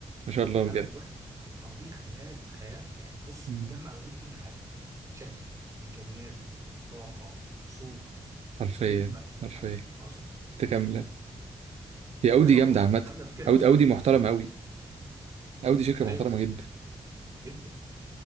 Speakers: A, on the right; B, on the right.
A: ما شاء
B: يا
A: الله
B: جدعان
A: بجد
B: والله خيال. عربيه خيال خيال يعني بص
A: مم.
B: بتجمع ما بين كل حاجه شكل امكانيات راحه صوت
A: حرفيا
B: هيبه يا
A: حرفيا
B: جدعان عظمه
A: متكامله هي اودي
B: فعلا
A: جامده
B: والله
A: عامه
B: بتتكلم بجد
A: اودي
B: <laughs>
A: اودي محترمه قوي اودي شركه
B: ايوه
A: محترمه جدا
B: جدا